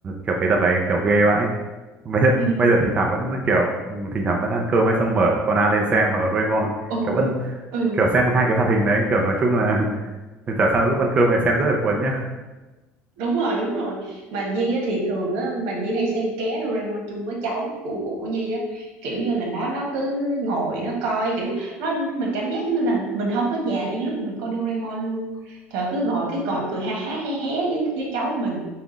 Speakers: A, on the right; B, on the right.
A: kiểu cái tập đấy kiểu ghê vãi bây giờ
B: <laughs> ừ
A: bây giờ thỉnh thoảng vẫn kiểu thỉnh thoảng vẫn ăn cơm ấy xong mở Conan lên xem hoặc là Doraemon
B: ừ
A: kiểu vẫn
B: ừ
A: kiểu xem hai cái hoạt hình đấy kiểu nói chung là <laughs> chả sao lúc ăn cơm ấy xem rất là cuốn nhá
B: đúng rồi đúng rồi mà Nhi á, thì thường á mà Nhi hay xem ké Doraemon chung với cháu của của của Nhi á kiểu như là nó nó cứ ngồi nó coi kiểu nó mình cảm giác như là mình không có già đi lúc mà mình coi Doraemon luôn trời cứ ngồi cứ ngồi cười ha ha hé hé với với cháu mình